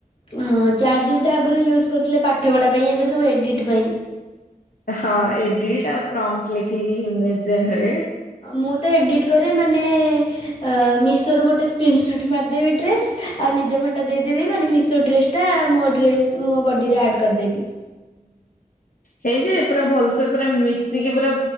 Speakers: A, on the left; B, on the left.
A: ହଁ ଚାର ଜିବ ଟା ଆଗରୁ ୟୁଜ କରିୁଥିଲେ ପାଠପଢା ପାଇଁ ଏବେ ସବୁ ଏଡିଟ୍ ପାଇଁ।
B: ହଁ ଏଡିଟା ପ୍ରମଟ ଲେଖେ କି ହିମ ଜନ
A: ମୁଁ ତ ଏଡିଟ୍ କରେ ମାନେ ହଁ ମିଶୋରୁ ଗୋଟେ ସ୍କ୍ରିନ୍ସଟ୍ ମିଦେବି ଡ୍ରେସ୍ ଆଉ ନିଜ ଫଟୋ ଟା ଦେଇଦେବି ମାନେ ମିଶୋ ଡ୍ରେସଟା ମୋ ଡ୍ରେସ ମୋ ବଡିରେ ଆଡ୍ କରିଦେବି।
B: ହେଇଯ ପୁରା ଭଲସେ ପୁରା ମିଶିକି ପୁରା